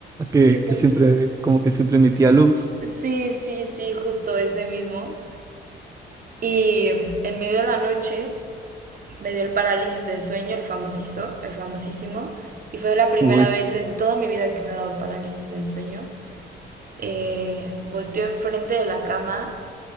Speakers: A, on the right (about 15°); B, on the right (about 45°).
A: Que,
B: que
A: que
B: lo-
A: siempre, como que siempre emitía luz.
B: Sí, sí, sí, justo ese mismo. Y en medio de la noche me dio el parálisis de sueño, el famosísimo, el famosísimo, y fue la primera
A: Uy,
B: vez en toda mi vida que me ha dado parálisis del sueño. Eh, volteó enfrente de la cama